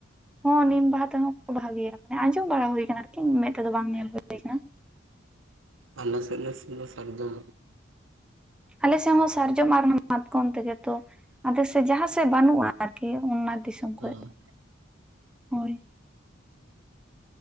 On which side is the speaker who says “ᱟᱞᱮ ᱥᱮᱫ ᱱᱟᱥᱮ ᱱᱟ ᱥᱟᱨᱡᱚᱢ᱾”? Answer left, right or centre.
Right